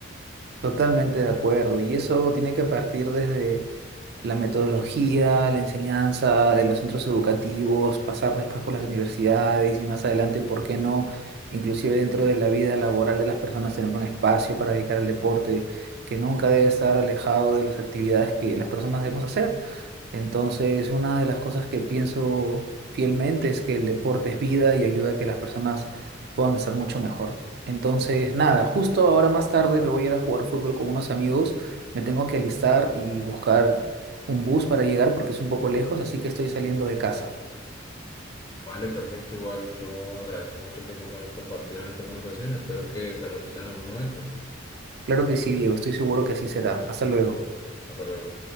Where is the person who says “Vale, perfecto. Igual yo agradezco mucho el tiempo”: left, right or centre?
Left